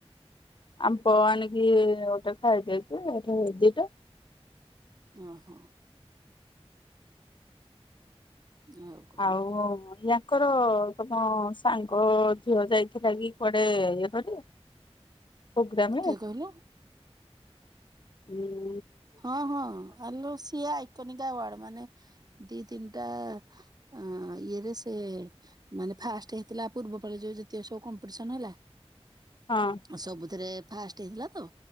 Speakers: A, on the left; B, on the right.
A: ଆମ୍ ପ ଆଣିକି ଗୋଟେ ଖାଇଦେଇଚି ହେଟୁ ଦିଟା
B: ଓହୋ। ଆଉ। କଣ
A: ଆଉ ୟାଙ୍କର ତମ ସାଙ୍ଗ ଝିଅ ଯାଇଥିଲା କି। କୁଆଡ଼େ ୟେକରି ପୋଗ୍ରାମ୍ରେ।
B: କିଏ କହିଲ?
A: ହୁଁ।
B: ହଁ ହଁ ଆଲୋ ସିଏ ଆଇକନିକା ୱାଡ୍ ମାନେ ଦି ତିନ୍ଟା ଆଁ ଇଏରେ ସେ ମାନେ ଫାଷ୍ଟ ହେଇଥିଲା ପୂର୍ବ ପାଳିର ଯେତିକ ସବୁ କମ୍ପିଟିସନ ହେଲା।
A: ହଁ।
B: ସବୁଥିରେ ଫାଷ୍ଟ ହେଇଥିଲା ତ